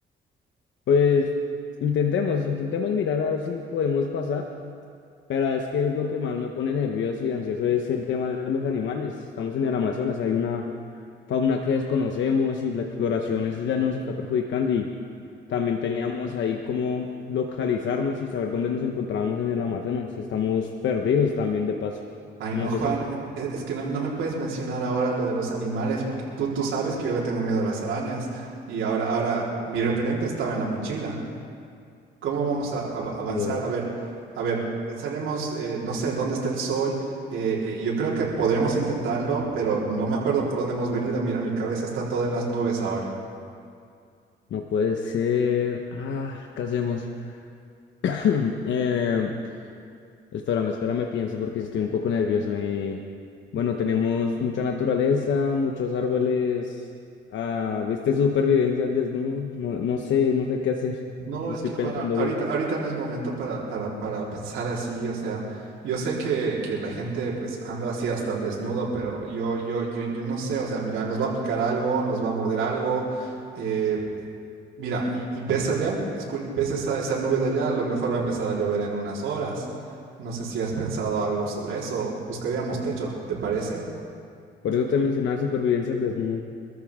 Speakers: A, on the left (about 70°); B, on the right (about 80°).
A: Pues intentemos, intentemos mirar a ver si podemos pasar. Pero es que lo que más me pone nervioso y ansioso es el tema de los animales. Estamos en el Amazonas, hay una fauna que desconocemos y la exploración, eso ya nos está perjudicando y también teníamos ahí como localizarnos y saber dónde nos encontrábamos en el Amazonas. Estamos perdidos también de paso.
B: Ay,
A: No
B: no,
A: sé
B: Juan,
A: si...
B: eh, eh, es que no, no me puedes mencionar ahora lo de los animales, porque tú, tú sabes que yo le tengo miedo a las arañas y ahora, ahora mi repelente estaba en la mochila. ¿Cómo vamos a av- avanzar?
A: Dios,
B: A ver, a ver, pensaremos, eh, no sé, dónde está el sol. Eh, eh, yo creo que podremos intentarlo, pero no me acuerdo por dónde hemos venido. Mira, mi cabeza está toda en las nubes ahora.
A: No puede ser. Ah, ¿qué hacemos? <clears throat> Em, Espérame, espérame, pienso porque estoy un poco nervioso. eh. Bueno, tenemos mucha naturaleza, muchos árboles. Ah, ¿viste supervivencia al desnudo? No, no sé, no sé qué hacer. <laughs> No
B: No, es
A: estoy
B: que
A: pensando
B: Juana, ahorita,
A: bien.
B: ahorita no es momento para, para, para pensar así, o sea, yo sé que, que la gente pues anda así hasta el desnudo, pero yo, yo, yo, yo no sé, o sea, mira, nos va a picar algo, nos va a morder algo, eh, Mira, y, y ves allá, escu- ves esa, esa nube de allá, a lo mejor va a empezar a llover en unas horas. No sé si has pensado algo sobre eso. Buscaríamos techo, ¿te parece?
A: Por eso te mencionaba supervivencia al desnudo.